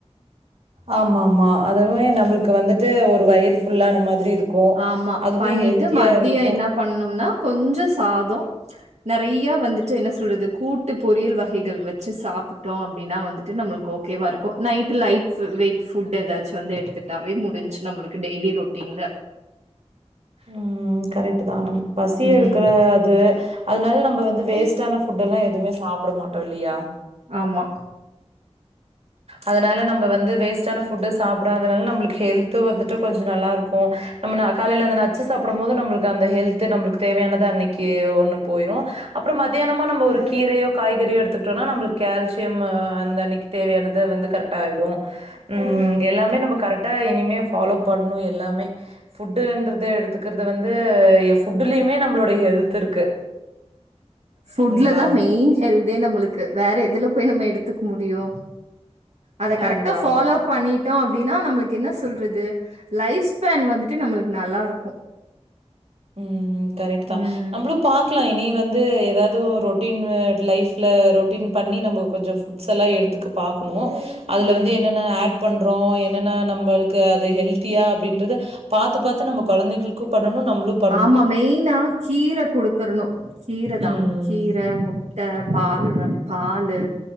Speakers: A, on the right (about 60°); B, on the right (about 80°).
A: ஆமா ஆமா அதுவே நம்முளுக்கு வந்துட்டு ஒரு வயிர் ஃபுல்லான மாதிரி இருக்கும்
B: ஆமா
A: அதுவுமே
B: பண்ணிட்டு
A: ஹெல்த்தியா
B: மதியம்
A: இருக்கும்.
B: என்ன பண்ணும்னா கொஞ்ஜோ சாதம் நறையா வந்துட்டு என்ன சொல்றது கூட்டு பொரியல் வ கைகள் வச்சு சாப்ட்டோம் அ அப்டின்னா வந்துட்டு நம்முளுக்கு ஓகேவா இருக்கும் நைட் லைட் வெய்ட் ஃபுட் ஏதாச்சும் வந்து எடுத்துட்டாவே முடிஞ்சு நம்முளுக்கு டெய்லி ரூட்டீன்ல
A: உம் கரெக்ட் தான் நம் பசி
B: ம்
A: எடுக்குற அது அதுனால நம்ம வந்து வேஸ்டான ஃபுட் எல்லாம் எதுவுமே சாப்ட மாட்டோம் இல்லியா
B: ஆமா
A: அதனால நம்ம வந்து வேஸ்டான ஃபுட்டு சாப்டாதனால நம்முளுக்கு ஹெல்த்து வந்துட்டு கொஞ்ஜோ நல்லா இருக்கும் நம்ம காலைல அந்த நட்சு சாப்பிடும் போது நம்முளுக்கு அந்த ஹெல்த் நம்முளுக்கு தேவையானது அன்னிக்கு ஒண்ணு போயிடும் அப்புறோ மதியானமா நம்ம ஒரு கீரையோ காய்கறியோ எடுத்துக்கிட்டோம்னா நம்முளுக்கு கால்சியம் அந்த அன்னிக்கு தேவையானது வந்து கரெக்ட்டா ஆகிடும் உம்
B: ம்
A: எல்லாமே நம்ம கரெக்ட் இனிமே ஃபாலோ பண்ணும் எல்லாமே ஃபுட்டுன்றது எடுத்துக்குறது வந்து ஃபுட்டுலயுமே நம்மளுடைய ஹெல்த் இருக்கு
B: ஃபுட்ல
A: இல்லைங்களா
B: தான் மெயின் ஹெல்தே நம்முளுக்கு வேற எதுல போய் நம்ம எடுத்து முடியும் அத கரெக்ட்டா
A: அதுதான்
B: ஃபாலோ
A: அதுதான்.
B: பண்ணிட்டோம் அப்டின்னா நம்முளுக்கு என்ன சொல்றது லைப்ஸ்ஃபான் வந்துட்டு நம்முளுக்கு நல்லா இருக்கும்
A: உம் கரெக்ட் தான்
B: ம்
A: நம்முளும் பாக்கலாம் இனி வந்து எதாவது ஒரு ரொட்டீன் லைஃப்ல ரொட்டீன் பண்ணி நம்ம கொஞ்ஜோ புட்ஸ்ல்லாம் எடுத்துக்க பாக்கணும் அதுல
B: ம்
A: வந்து என்னென்ன ஆட் பண்றோ என்னன்னா நம்மளுக்கு அது ஹெல்த்தியா அப்டின்றது பாத்து பாத்து நம்ம கொழந்தைகளுக்கு பண்ணணு நம்மளுக்கு
B: ஆமா மெயினா கீர குடுத்துரணு கீர தா
A: ம்.
B: கீர முட்ட பால் பால்லு